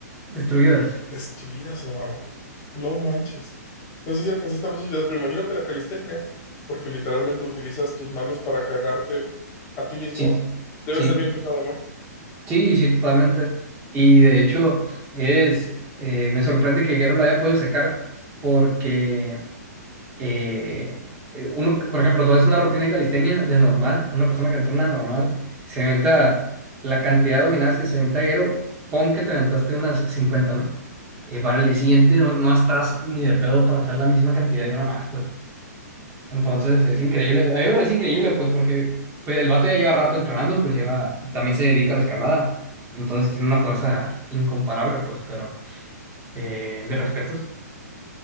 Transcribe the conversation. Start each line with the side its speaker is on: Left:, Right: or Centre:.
Right: Destruidas.
Left: destruidas, hermano. No manches. No sé si alcanzaste a ver sus videos, pero imagino que la calistecnia, porque literalmente utilizas tus manos para cargarte a ti mismo,
Right: Sí, t-
Left: debe
Right: sí,
Left: ser bien pesado, ¿no?
Right: sí, sí, totalmente. Y de hecho, es, eh, me sorprende que Guerrero lo haya podido sacar porque... eh, eh, uno, por ejemplo, tú haces una rutina de calistenia de normal, una persona que entrena normal, se aventa la cantidad de dominadas que se aventa Guero, pon que te aventaste unas cincuenta ¿no? Eh, para el día siguiente no, no estás ni de pedo para hacer la misma cantidad de una más, pues. Entonces es increíble, a mí me parece increíble, pues, porque pues, el vato ya lleva rato entrenando, pues lleva, también se dedica a la escalada, entonces tiene una fuerza incomparable, pues, pero eh, mis respetos.